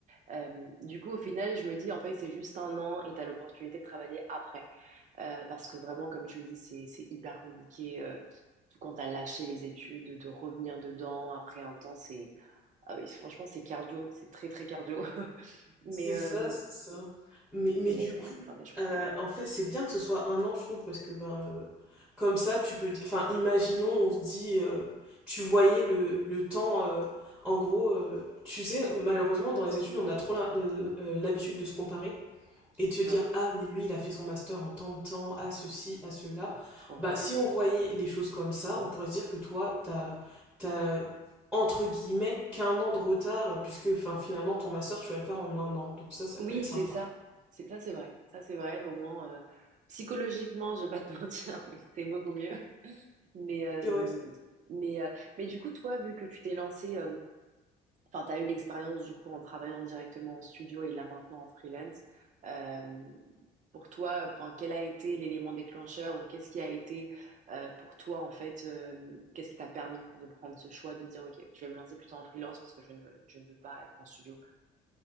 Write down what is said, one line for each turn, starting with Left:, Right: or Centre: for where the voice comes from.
Right: Euh, du coup, au final, je me dis, en fait, c'est juste un an et tu as l'opportunité de travailler après. Euh, parce que vraiment, comme tu le dis, c'est, c'est hyper compliqué. euh, surtout quand tu as lâché les études, de revenir dedans après un temps, c'est... ah oui, franchement, c'est cardio. C'est très, très cardio. <laughs> Mais,
Centre: C'est
Right: euh,
Centre: ça, c'est ça. Mais, mais
Right: mais bon,
Centre: du
Right: mais
Centre: coup,
Right: il faut faire des choix.
Centre: euh, en fait, c'est bien que ce soit un an, je trouve, parce que ben, euh, comme ça, tu peux. di- Enfin, imaginons, on se dit, euh, tu voyais le, le temps. euh, en gros, euh, tu sais, malheureusement, dans les études, on a trop la- l'habitude de se comparer et te dire,
Right: Ouais,
Centre: ah, mais lui, il a fait son master en tant de temps, à ceci, à cela.
Right: non, c'est trop vrai.
Centre: Bah, si on voyait les choses comme ça, on pourrait se dire que toi, t'as, t'as, entre guillemets, qu'un an de retard, puisque enfin, finalement, ton master, tu vas le faire en un an. Donc ça, ça
Right: Oui,
Centre: peut être
Right: c'est
Centre: sympa.
Right: ça. C'est, ça, c'est vrai. Ça, c'est vrai. Au moins, euh, psychologiquement, je vais pas te <laughs> mentir, mais c'est beaucoup mieux. Mais, euh,
Centre: Ouais,
Right: mais, euh, mais du coup, toi, vu que tu t'es lancé... Enfin, tu as eu l'expérience du coup en travaillant directement en studio et là maintenant en freelance. Euh, pour toi, enfin, quel a été l'élément déclencheur ou qu'est-ce qui a été euh, pour toi en fait, euh, qu'est-ce qui t'a permis de prendre ce choix de dire ok, je vais me lancer plutôt en freelance parce que je ne, je ne veux pas être en studio.